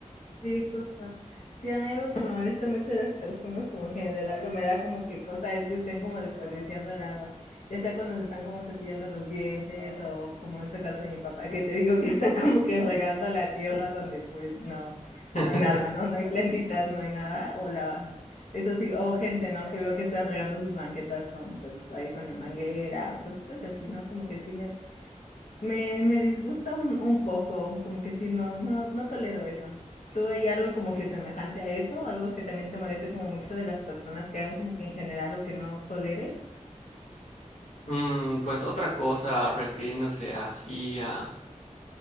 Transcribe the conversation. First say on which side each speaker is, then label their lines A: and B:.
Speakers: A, on the left; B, on the left.
A: Sí, justo. Sí, a mí algo que me molesta mucho de las personas como en general, o me da como que cosa es que estén como desperdiciando el agua, ya sea cuando se están como cepillando los dientes o como este caso de mi papá, que te digo que está como que regando la tierra donde pues no,
B: <laughs>
A: no hay nada, ¿no? No hay plantitas, no hay nada, o la, eso sí, o gente, ¿no? Que veo que está regando sus banquetas con pues ahí con la manguera o cositas así, ¿no? Como que sí me me, me disgusta un, un poco, como que sí, no, no, no tolero eso. ¿Tú hay algo como que semejante a eso? ¿Algo que también te moleste como mucho de las personas que hagan como que en general lo que no toleres?
B: Mm, pues otra cosa, refiriéndose así a